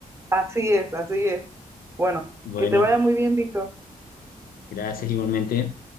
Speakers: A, on the right; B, on the left.
A: Así es, así es. Bueno,
B: Bueno,
A: que te vaya muy bien, Víctor.
B: gracias igualmente.